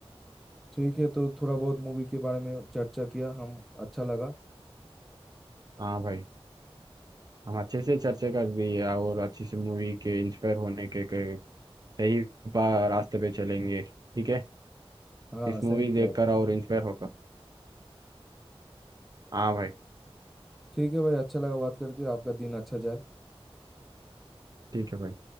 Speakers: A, in the centre; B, on the right (about 40°).
A: ठीक है तो थोड़ा बहुत मूवी के बारे में चर्चा किया हम अच्छा लगा
B: हाँ भाई हम अच्छे से चर्चा कर दी है और अच्छी सी मूवी के इंस्पायर होने के, के सही पा- रास्ते पे चलेंगे ठीक है
A: हाँ
B: इस
A: सही
B: मूवी
A: बोला
B: देखकर
A: आपने
B: और इंस्पायर होकर हाँ भाई
A: ठीक है भाई अच्छा लगा बात करके आपका दिन अच्छा जाए
B: ठीक है भाई